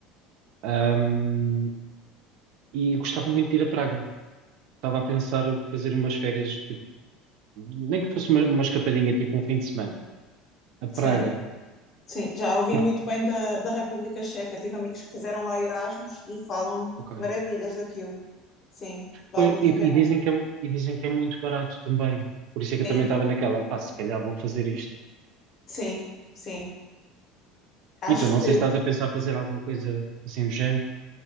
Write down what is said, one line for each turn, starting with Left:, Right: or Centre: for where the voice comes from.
Right: Ahm, e gostava muito de ir a Praga. Estava a pensar em fazer umas férias nem que fosse uma, uma escapadinha, tipo um fim de semana, a Praga,
Left: sim, sim. Já ouvi
Right: por-
Left: muito bem da, da República Checa. Tive amigos que fizeram lá Erasmus e falam
Right: ok.
Left: maravilhas daquilo. Sim, vale
Right: Pois,
Left: muito
Right: E,
Left: a pena.
Right: e dizem que é, mu- e dizem que é muito barato também. Por isso é que
Left: Sim,
Right: eu também estava naquela, pá, se calhar vou fazer isto.
Left: sim, sim. Acho
Right: E tu, não
Left: que.
Right: sei se estás a pensar fazer alguma coisa assim do género.